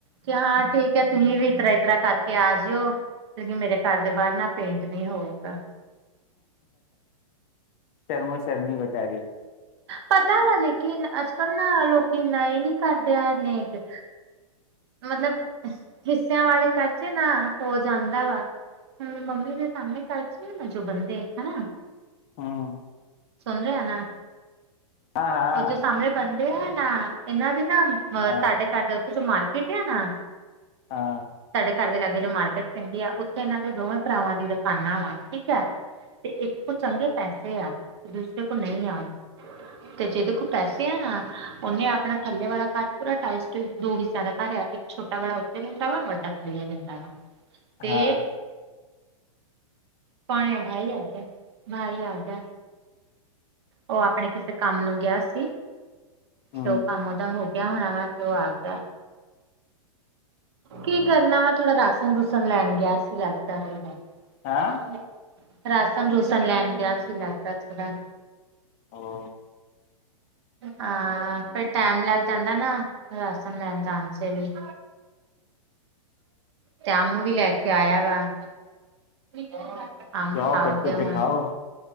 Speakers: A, on the right (about 50°); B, on the left (about 35°).
A: ਕਿ ਹਾਂ, ਠੀਕ ਹੈ ਤੁਸੀਂ ਵੀ ਇਸਤਰ੍ਹਾਂ, ਇਸਤਰ੍ਹਾਂ ਕਰਕੇ ਆ ਜਿਓਂ। ਲੇਕਿਨ, ਮੇਰੇ ਘਰ ਦੇ ਬਾਹਰ ਨਾ ਪੇਂਟ ਨਹੀਂ ਹੋਊਗਾ।
B: ਸ਼ਰਮੋ, ਸ਼ਰਮੀ ਬੇਚਾਰੀ।
A: ਪਤਾ ਵਾ ਲੇਕਿਨ, ਅੱਜ ਕੱਲ ਨਾ ਲੋਕੀਂ ਇੰਨਾ ਇਹ ਨੀ ਕਰਦੇਂ। ਮਤਲਬ ਹਿੱਸਿਆਂ ਵਾਲੇ ਖਰਚੇ ਨਾ ਹੋ ਜਾਂਦਾ ਵਾ। ਮੰਮੀ ਦੇ ਸਾਹਮਣੇ ਤਾਂ ਅਚ ਮ ਜੋ ਬੰਦੇ ਹਨ।
B: ਹਾਂ।
A: ਸੁਣ ਰਿਹਾ ਨਾ?
B: ਹਾਂ ਹਾਂ
A: ਉਹ ਜੋ ਸਾਹਮਣੇ ਬੰਦੇ ਆ ਨਾ ਇਹਨਾਂ ਦੀ ਨਾ। ਅ
B: ਹਾਂ
A: ਤੁਹਾਡੇ ਘਰ ਦੇ ਉੱਥੇ ਚ ਮਾਰਕੀਟ ਆ ਨਾ।
B: ਹਾਂ।
A: ਸਾਡੇ ਘਰ ਦੇ ਲਾਗੇ ਜੋ ਮਾਰਕੀਟ ਪਹਿੰਦੀ ਆ, ਉੱਥੇ ਇਹਨਾਂ ਦੇ ਦੋਵੇਂ ਭਰਾਵਾਂ ਦੀ ਦੁਕਾਨਾਂ ਵਾ ਠੀਕ ਆ। ਤੇ ਇੱਕ ਕੋਲ ਚੰਗੇ ਪੈਸੇ ਆ ਤੇ ਦੂਸਰੇ ਕੋਲ ਨਹੀਂ ਆ। ਤੇ ਜਿਹਦੇ ਕੋਲ ਪੈਸੇ ਆ ਨਾ ਉਹਨੇ, ਆਪਣਾ ਥੱਲੇ ਵਾਲਾ ਘਰ ਪੂਰਾ ਟਾਈਟ। ਦੋ ਕਿੱਸਿਆਂ ਦਾ ਘਰ ਆ ਇੱਕ ਛੋਟਾ ਵਾਲਾ ਉੱਤੇ ਰਹਿੰਦਾ ਵਾ, ਵੱਡਾ ਥੱਲੇ ਰਹਿੰਦਾ ਵਾ, ਤੇ
B: ਹਾਂ
A: ਭਣ ਆ ਭਾਈ ਆਗ ਭਾਈ ਆਗਿਆ। ਉਹ ਆਪਣੇ ਕਿਸੇ ਕੰਮ ਨੂੰ ਗਿਆ ਸੀ
B: ਹੂੰ
A: ਤੇ ਉਹ ਕੰਮ ਉਹਦਾ ਹੋ ਗਿਆ ਹੋਣਾ ਵੇ, ਤੇ ਉਹ ਆ ਗਿ ਆ ਕੀ ਕਰਨਾ ਵਾ ਥੋੜਾ ਰਾਸ਼ਨ -ਰੂਸਨ ਲੈਣ ਗਿਆ ਸੀ ਲੱਗਦਾ। <unintelligible> <unintelligible>
B: ਹਾਂ
A: ਰਾਸ਼ਨ-ਰੂਸ਼ਨ ਲੈਣ ਗਿਆ ਸੀ ਲੱਗਦਾ ਥੋੜਾ
B: ਹਾਂ।
A: ਹਾਂ, ਫਿਰ ਟੈਮ ਲੱਗ ਜਾਂਦਾ ਨਾਂ ਰਾਸ਼ਨ ਲੈਣ ਜਾਣ ਚ ਵੀ ਤੇ ਅੰਮ ਨੂੰ ਵੀ ਲੈ ਕੇ ਆਇਆ ਵਾ। <unintelligible> ਅੰਬ
B: ਜਾਓ
A: ਖਾਓਗੇ
B: ਕੱਟੋ
A: ਹੁਣ?
B: ਤੇ ਖਾਓ